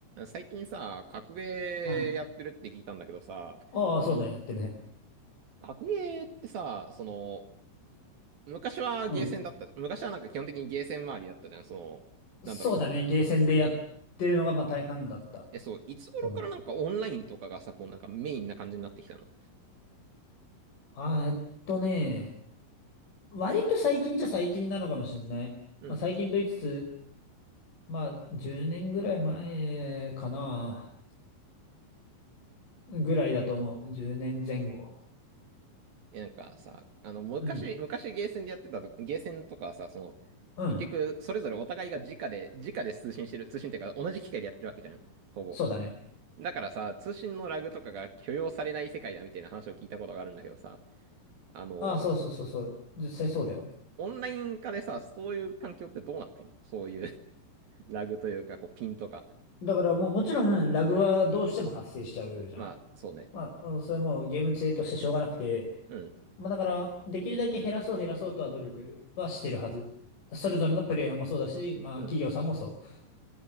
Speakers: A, on the right; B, on the left.
A: 最近さ、格ゲ
B: うん。
A: ーやってるって聞いたんだけどさ、
B: ああ、
A: あの、
B: そうね、やってるね。
A: 格ゲーってさ、その、昔はゲーセンだったじゃん。
B: うん。
A: 昔はなんか基本的にゲーセン周りだったじゃん。その、
B: そうだね、
A: なんだろう。
B: ゲーセンでやってるのがまあ大半だった
A: え、そう、いつ頃からなんかオンラインとかがさ、
B: と思う。
A: こうなんかメインな感じになってきたの
B: あー、えっとね、割と最近っちゃ最近なのかもしれない。
A: うん。
B: まあ最近と言いつつ、まあ10年ぐらい前かな、ぐらいだと思う。10年前後。
A: え、なんかさ、あの、昔、
B: うん。
A: 昔ゲーセンでやってたと、ゲーセンとかはさ、その、
B: うん。
A: 結局、それぞれお互いが直で、直で通信してる、通信っていうか同じ機械でやってるわけじゃん。ほぼ。
B: そうだね。
A: だからさ、通信のラグとかが許容されない世界だみたいな話を聞いたことがあるんだけどさ、あの、
B: ああ、そうそうそうそう。実際そうだよ。
A: オンライン化でさ、そういう環境ってどうなったのそういう <laughs> ラグというか、こう、ピンとか。
B: だからもうもちろんラグはどうしても発生しちゃうじゃん。
A: まあ、そうね。
B: まあ、あのそれはもうゲーム性としてしょうがなくて、
A: うん、
B: まあだから、できるだけ減らそう減らそうとは努力はしてるはず。それぞれのプレイヤーもそうだし、まあ企業さんもそう。
A: うん、